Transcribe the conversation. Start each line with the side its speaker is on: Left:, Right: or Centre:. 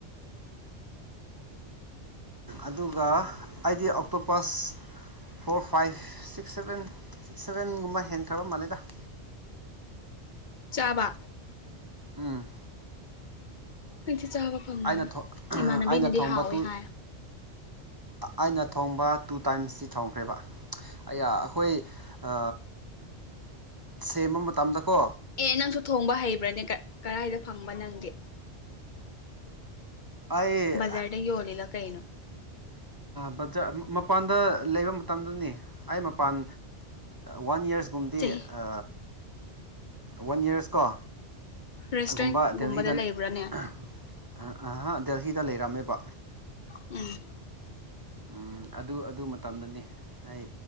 Right: ꯑꯗꯨꯒ ꯑꯩꯗꯤ ꯑꯣꯛꯇꯣ ꯄꯁ four five six seven six ꯁꯚꯦꯟꯒꯨꯝꯕ ꯍꯦꯟꯈ꯭ꯔꯕ ꯃꯥꯜꯂꯦꯗ <inaudible>
Left: ꯆꯥꯕ
Right: ꯎꯝ
Left: ꯑꯩꯗꯤ ꯆꯥꯕ ꯐꯪꯗꯦ
Right: ꯑꯩꯅ
Left: ꯏꯃꯥꯟꯅꯕꯤꯅꯗꯤ
Right: ꯑꯩꯅ ꯊꯣꯡꯕ
Left: ꯍꯥꯎꯋꯦ
Right: ꯇꯨ
Left: ꯍꯥꯏ
Right: ꯑꯩꯅ ꯊꯣꯡꯕ ꯇꯨ ꯇꯥꯏꯝꯁꯇꯤ ꯊꯣꯡꯈ꯭ꯔꯦꯕ ꯑꯌꯥ ꯑꯈꯣꯏ ꯑ ꯁꯦꯝꯕ ꯃꯇꯝꯗꯀꯣ
Left: ꯑꯦ ꯅꯪꯁꯨ ꯊꯣꯡꯕ ꯍꯩꯕ꯭ꯔꯅꯦ ꯀꯔꯥꯏꯗ ꯐꯪꯕ ꯅꯪꯗꯤ
Right: ꯑꯩ
Left: ꯕꯖꯔꯗ ꯌꯣ ꯂꯤꯂꯣ ꯀꯩꯅꯣ
Right: ꯕꯖꯔ ꯃꯄꯥꯟꯗ ꯂꯩꯕ ꯃꯇꯝꯗꯨꯅꯤ ꯑꯩ ꯃꯄꯥꯟ ꯋꯥꯟ ꯌꯔꯁ ꯄꯨꯝꯗꯤ
Left: ꯆꯍꯤ
Right: ꯑ ꯋꯥꯟ ꯌꯔꯁ ꯀꯣ
Left: ꯔꯦꯁꯇꯨꯔꯦꯟꯒꯨꯝꯕꯗ
Right: ꯀꯨꯝꯕ ꯗꯦꯜꯍꯤꯗ
Left: ꯂꯩꯕ꯭ꯔꯥꯅꯦ
Right: <unintelligible> ꯗꯦꯜꯍꯤꯗ ꯂꯩꯔꯝꯃꯦꯕ
Left: ꯎꯝ
Right: ꯎ ꯑꯗꯨ ꯑꯗꯨ ꯃꯇꯝꯗꯅꯤ ꯑꯩ